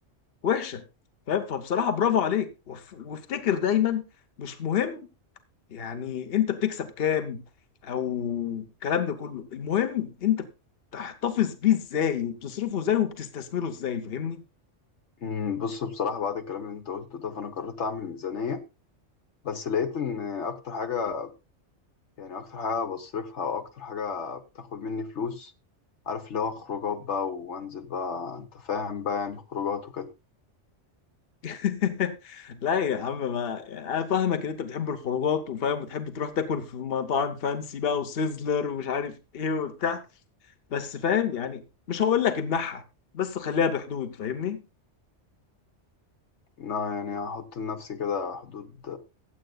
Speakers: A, on the left; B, on the left.
A: وحشه فاهم فبصراحه برافو عليك وف- وافتكر دايما مش مهم يعني انت بتكسب كام او الكلام ده كله المهم انت بتحتفظ بيه ازاي وبتصرفه ازاي وبتستثمره ازاي فاهمني
B: أمم، بص بصراحة بعد الكلام اللي أنت قلته ده فأنا قررت أعمل ميزانية بس لقيت إن أكتر حاجة يعني أكتر حاجة بصرفها أو أكتر حاجة بتاخد مني فلوس عارف اللي هو خروجات بقى وأنزل بقى أنت فاهم بقى يعني خروجات وكده
A: <laughs> لا يا عم ما انا فاهمك ان انت بتحب الخروجات وفاهم وتحب تروح تاكل في مطاعم فانسي بقى وسيزلر ومش عارف ايه وبتاع بس فاهم يعني مش هقول لك امنعها بس خليها بحدود فاهمني
B: إن أنا يعني هحط لنفسي كده حدود